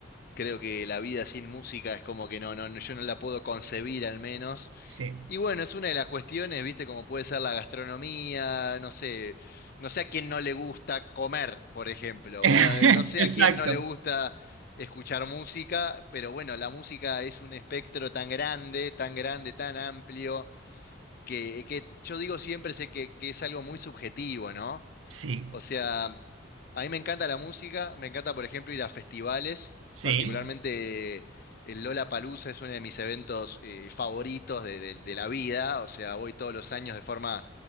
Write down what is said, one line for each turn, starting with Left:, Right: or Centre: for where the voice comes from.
Left: Creo que la vida sin música es como que no, no, no, yo no la puedo concebir al menos.
Right: Sí.
Left: Y bueno, es una de las cuestiones, viste, como puede ser la gastronomía, no sé, no sé a quién no le gusta comer, por ejemplo.
Right: <laughs>
Left: Bueno, no sé
Right: Exacto.
Left: a quién no le gusta escuchar música, pero bueno, la música es un espectro tan grande, tan grande, tan amplio que, que yo digo siempre sé que, que es algo muy subjetivo, ¿no?
Right: Sí,
Left: O sea, a mí me encanta la música, me encanta, por ejemplo, ir a festivales,
Right: sí,
Left: particularmente el Lollapalooza es uno de mis eventos eh, favoritos de, de- de la vida, o sea, voy todos los años de forma